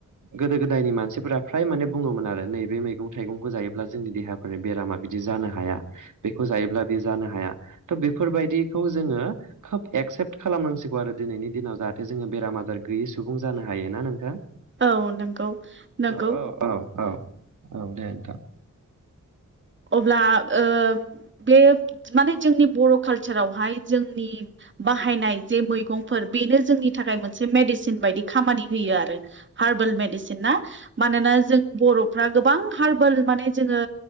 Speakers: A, on the right; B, on the right.
A: गोदो गोदायनि मानसिफोरा फ्राय माने बुङोमोन आरो नैबे मैगं थाइगंखौ जायोब्ला जोंनि देहाफोर बेरामा बिदि जानो हाया बेखौ जायोब्ला बे जानो हाया थ बेफोरबायदिखौ जोङो खोब एक्सेप्ट खालामनांसिगौ आरो दिनैनि दिनाव जाहाथे जोङो बेराम आजार गैयै सुबुं जानो हायो ना नोंथां?
B: औ नंगौ नंगौ
A: औ औ औ औ दे नोंथां
B: अब्ला ओ बे माने जोंनि बर' कालसारावहाय जोंनि बाहायनाय जे मैगंफोर बेनो जोंनि थाखाय मोनसे मेडिसिन बायदि खामानि होयो आरो हार्बेल मेडिसिन ना मानोना जों बर'फ्रा गोबां हार्बेल माने जोङो